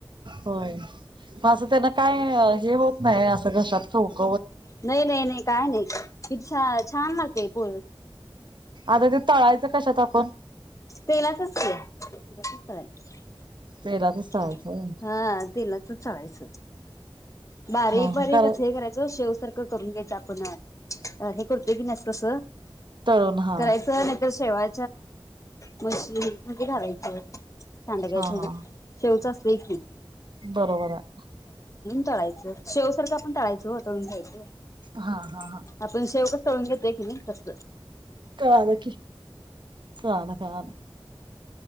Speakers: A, on the right; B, on the left.
A: होय. मग असं त्यांना काय हे होत नाही असं घशात खव खव
B: नाही नाही नाही काय नाही किती शा छान लागतेय पो
A: आता ते तळायचं कशात आपण
B: तेलातच की <unintelligible>
A: तेलातच तळायचं होय.
B: हा तेलातच तळायच बारीक
A: हा
B: बारीकच
A: हा तळ
B: हे करायचं शेव सरख करून घ्यायचं आपण अ हे करतो की नस तस
A: तळून हा
B: करायचं नाही तर शेवा मशीन मध्ये घालायचं. सांडग्याची
A: हा हा
B: रोज असतंय की
A: बरोबर आहे.
B: ताळायंच शेवसारख आपण तळायचा हो तळून घ्यायचं.
A: हा हा हा
B: आपण शेव कस तळून घेतो. हय की नई तस
A: कळाल की चोळाना चोळाना